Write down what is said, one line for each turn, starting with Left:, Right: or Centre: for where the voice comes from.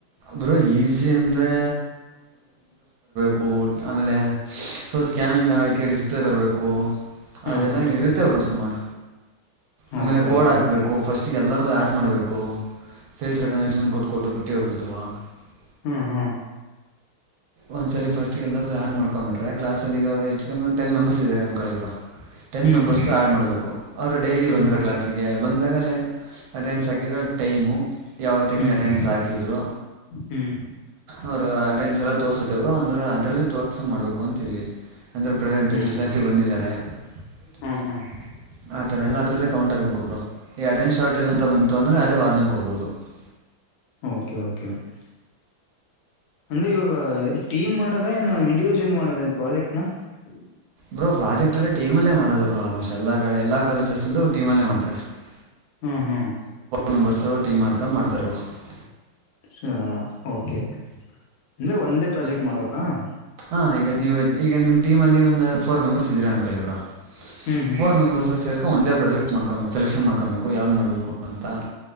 Right: ಬ್ರೋ ಈಸಿ ಅಂದರೆ ಕ ಆಮೇಲೆ ಫುಲ್ ಸ್ಕ್ಯಾನಿಂಗ್ ಆಕೆ ಡಿಸ್ಪ್ಲೇ ತರಬೇಕು <unintelligible>
Left: ಹಾ
Right: ಅದೆಲ್ಲಾ
Left: ಹಾ
Right: ಇರುತ್ತವರು ಸುಮಾರು <unintelligible> ಆಮೇಲೆ
Left: ಓಕೆ
Right: ಕೋಡ್
Left: ಓಕೆ
Right: ಹಾಕ್ಬೇಕು ಫಸ್ಟ್ <unintelligible> ಅಚ್ಚಿಗೆ ಎಲ್ಲರ್ದೂ ಆ್ಯಡ್ ಮಾಡಬೇಕು ಫೇಸ್ ರೆಕಗ್ನೇಷನ್ ಕೊಟ್ಟ ಕೊಟ್ಟು ಪ್ರತಿಯೊಬ್ಬ್ರದ್ದವಾ <unintelligible>
Left: ಹ್ಮ್ ಹಾ <unintelligible>
Right: ಒಂದ್ಸಲ ಫಸ್ಟ್ ಎಲ್ಲಾರು ಆ್ಯಡ್ ಮಾಡ್ಕೊಬಿರ ಕ್ಲಾಸ್ಲ್ಲಿ ಈಗ ಹೆಚ್ಚು ಕಿ ಒ ಮೆಂಬರ್ಸ್ ಇದಾರೆ ಅನ್ಕಳಿರರು <unintelligible> ಟೆನ್
Left: ಹ್ಮ್
Right: ಮೆಂಬರ್ಸ
Left: ಹ್ಮ್
Right: ಆಡ್ ಮಾಡಬೇಕು ಅವರು ಡೈಲಿ
Left: ಹ್ಮ್
Right: ಬಂದ್ರ ಕ್ಲಾಸಿಗೆ ಬಂದಾಗಲೇ <unintelligible> ಅದನ್ ಸಕದ ಟೈಮು <unintelligible> ಯಾವ ಟೈಮಿಗೆ
Left: ಹ್ಮ್
Right: ಅಟೆಂಡನ್ಸ್
Left: ಹ್ಮ್
Right: ಹಾಕಿದ್ರು
Left: ಹ್ಮ್
Right: ಅವರು ಅಟೆಂಡನ್ಸ್ ಎಲ್ಲ <unintelligible> ತೋರ್ಸುತ್ತವರು ಅಂದ್ರ ಅದ್ರಲ್ಲಿ ತೋರ್ಸಂಗ ಮಾಡ್ಬೇಕು ಅಂತೀವಿ <unintelligible> ಅಂದರೆ ಪ್ರೆಸೆಂಟ್
Left: ಹ್ಮ್
Right: ಎಷ್ಟು ಕ್ಲಾಸಿಗೆ
Left: ಹ್ಮ್
Right: ಬಂದಿದ್ದಾರೆ <unintelligible>
Left: ಹಾ ಹಾ
Right: ಆತರ ಎಲ್ಲ ಅದರಲ್ಲೇ ಕೌಂಟ್ ಆಗ್ಬೇಕುರ ಈಗ ಅಟೆಂಜ್ ಶಾರ್ಟೇಜ್ ಅಂತ ಬಂದ <unintelligible> ತೊಂದರೆ ಅದೇ ವಾರ್ನಿಂಗ್ ಕೊಡ್ಬೋದು <unintelligible>
Left: ಓಕೆ ಓಕೆ <unintelligible> ಅಂದ್ರೆ ಇವಾಗ ಟೀಮ್ ಮಾಡದ ಏನೋ ಇಂಡಿವಿಜುವಲ್ ಮಾಡದ ಪ್ರಾಜೆಕ್ಟ್ನ <unintelligible>
Right: ಬ್ರೋ ಪ್ರಾಜೆಕ್ಟೆಲ್ಲ ಟೀಮಲ್ಲೇ ಮಾಡೋದು ಬರು ಆಲ್ಮೋಸ್ಟ್ ಎಲ್ಲ ಕಡೆ ಎಲ್ಲ ಕಾಲೇಜಸಲ್ಲೂ ಟೀಮಲ್ಲೇ ಮಾಡ್ತಾರೆ <unintelligible>
Left: ಹಾ ಹಾ <unintelligible>
Right: ಮೆಂಬರ್ಸ್ ಟೀಮ್ ಆಡ್ಕೊಂಡ್ ಮಾಡ್ತಾರ ಅವರು <unintelligible>
Left: ಹ ಓಕೆ ಅಂದ್ರೆ ಒಂದೇ ಪ್ರಾಜೆಕ್ಟ್ ಮಾಡ್ಬೇಕಾ <unintelligible>
Right: ಹಾಂ ಈಗ ನೀವು ಈಗ ನಿಮ್ಮ ಟೀಮಲ್ಲಿ ಒಂದು ಫೋರ್ ಮೆಂಬರ್ಸ್ ಇದ್ದ್ರಾ ಅಂದ್ಕಳಬ್ರಾ <unintelligible>
Left: ಹ್ಮ್ ಹ್ಮ್
Right: ಫೋರ್ ಮೆಂಬರ್ಸ್ ಸೇರ್ಡ ಒಂದೇ ಪ್ರಾಜೆಕ್ಟ್ ಮಾಡ್ಕೊಬೇಕು ಸಲೆಕ್ಷನ್ ಮಾಡಕೊಬೇಕು ಯಾವ್ ಮಾಡಬೇಕು <unintelligible> ಅ